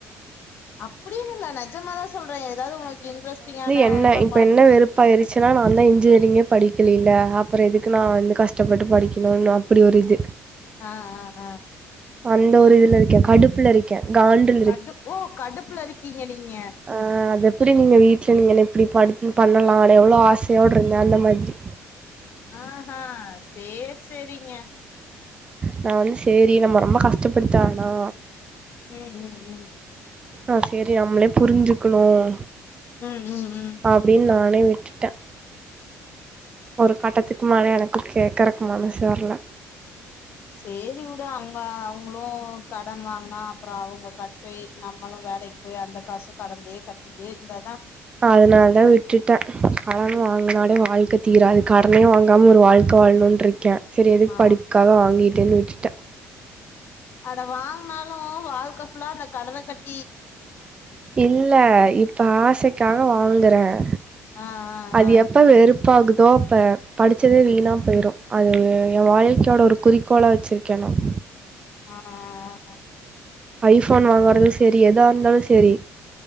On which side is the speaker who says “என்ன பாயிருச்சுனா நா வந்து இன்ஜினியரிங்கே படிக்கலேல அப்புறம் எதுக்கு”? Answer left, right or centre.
Right